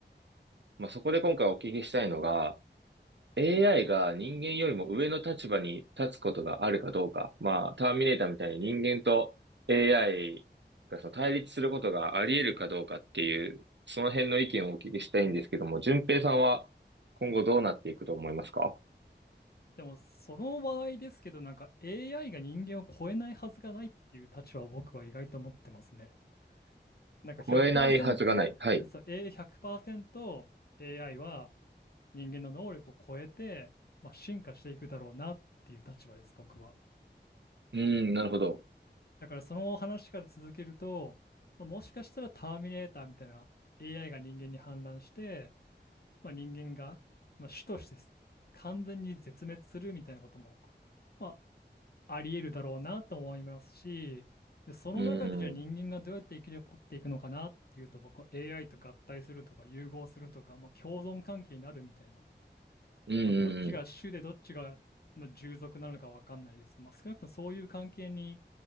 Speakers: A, on the right; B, on the left.
A: まあ、そこで今回お聞きしたいのが、AI が人間よりも上の立場に立つことがあるかどうか。まあ、ターミネーターみたいに人間と AI がその対立することがあり得るかどうかっていう、その辺の意見をお聞きしたいんですけども、順平さんは今後どうなっていくと思いますか
B: でも、その話題ですけど、なんか AI が人間を超えないはずがないっていう立場を僕は意外と持ってますね。なんか100%、
A: 超えないはずがない。はい。
B: そう、A100% AI は人間の能力を超えて、まあ、進化していくだろうなっていう立場です、僕は。
A: うん、なるほど。
B: だからその話から続けると、まあ、もしかしたらターミネーターみたいな AI が人間に反乱して、まあ、人間が、まあ、種として完全に絶滅するみたいなことも、まあ、あり得るだろうなと思いますし、で、その中でじゃあ人間がどうやって生き残っていくのかなっていうと僕は
A: うん、うん、うん。
B: AI と合体するとか融合するとか、まあ、共存関係になるみたいな
A: うん
B: まあ、どっちが主でどっちが、まあ、従属なのかわかんないですけど、まあ、少なくともそういう関係に